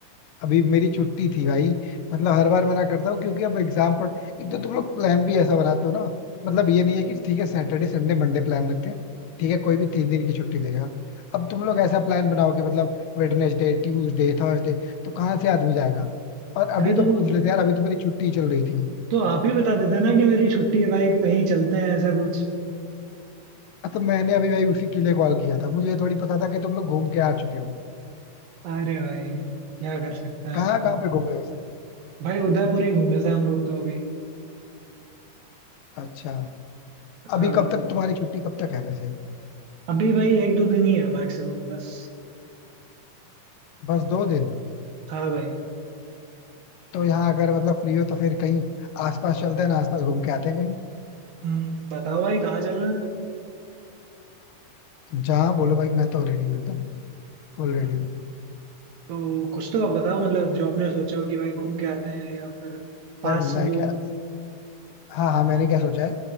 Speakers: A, on the left; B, on the right.
A: अभी मेरी छुट्टी थी भाई मतलब हर बार मना करता हूँ क्योंकि अब एग्जाम पर एक तो तुम लोग प्लान भी ऐसा बनाते हो ना मतलब ये नहीं है कि ठीक है सैटरडे संडे मंडे प्लान रखते हैं ठीक है कोई भी तीन दिन की छुट्टी ले लेगा अब तुम लोग ऐसा प्लान बनाओगे मतलब वेडनेसडे ट्यूसडे थर्सडे तो कहाँ से आदमी जाएगा और अभी
B: अरे
A: तो
B: तो
A: पूछ लेते यार अभी तो मेरी छुट्टी चल रही थी
B: तो आप ही बता देते ना कि मेरी छुट्टी है भाई कहीं चलते हैं ऐसा कुछ
A: तो मैंने अभी भाई उसी के लिए कॉल किया था मुझे थोड़ी पता था कि तुम लोग घूम के आ चुके हो
B: अरे भाई क्या कर सकते हैं
A: कहाँ
B: आप
A: कहाँ
B: अब।
A: पे घूमे वैसे
B: भाई उदयपुर ही घूमे थे हम लोग तो अभी
A: अच्छा अभी
B: हाँ भाई
A: कब तक तुम्हारी छुट्टी कब तक है वैसे
B: अभी भाई एक दो दिन ही है मैक्सिमम बस
A: बस दो दिन
B: हाँ भाई
A: तो यहाँ अगर मतलब फ्री हो तो फिर कहीं आसपास चलते हैं ना आसपास घूम के आते हैं कहीं
B: हम्म, बताओ भाई कहाँ चलना है
A: जहाँ बोलो भाई मैं तो रेडी हूँ एकदम फुल रेडी
B: हम्म,
A: हूँ
B: तो कुछ तो आप बताओ मतलब जो आपने सोचा हो कि भाई घूम के आते हैं या फिर पास
A: यार मैं
B: हो
A: क्या हाँ हाँ मैंने क्या सोचा है